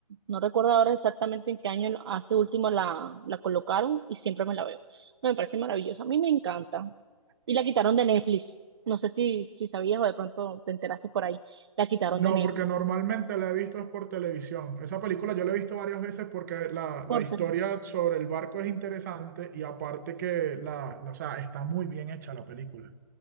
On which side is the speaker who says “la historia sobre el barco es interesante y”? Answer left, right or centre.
Right